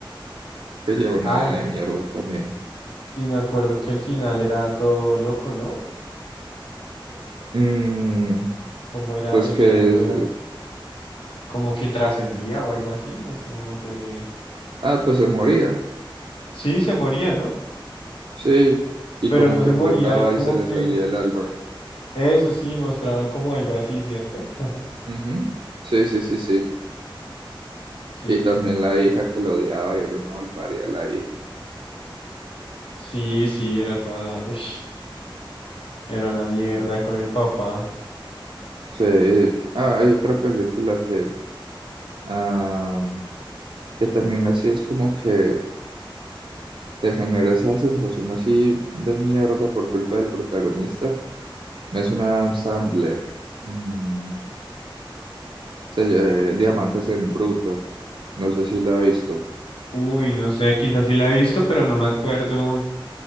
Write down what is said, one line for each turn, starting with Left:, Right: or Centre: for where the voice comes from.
Right: que llevo una
Left: Ay,
Right: vida de mierda también.
Left: y me acuerdo que el final era todo loco, ¿no?
Right: Mm,
Left: Como era,
Right: pues
Left: el
Right: que,
Left: final no era como que trascendía o algo así, no sé, no me acuerdo bien.
Right: ah, pues se moría,
Left: Sí, se moría, ¿no?
Right: sí, y
Left: Pero
Right: como
Left: no
Right: que
Left: se moría
Right: flotaba
Left: y como
Right: y se le
Left: que,
Right: salía el alma.
Left: eso sí, mostraban como algo así, ¿cierto? <laughs>
Right: Ujú. Sí, sí, sí, sí.
Left: Sí,
Right: Y también la hija que lo odiaba y era una malparida la hija.
Left: sí, sí, era toda, uy, era una mierda con el papá.
Right: Sí. Ah, hay otra película que, am, que también así es como que te genera esa sensación así de mierda por culpa del protagonista. Es una Adam Sandler. Mm, se llama Diamantes en Bruto. No sé si la ha visto.
Left: Uy, no sé, quizás sí la he visto, pero no me acuerdo.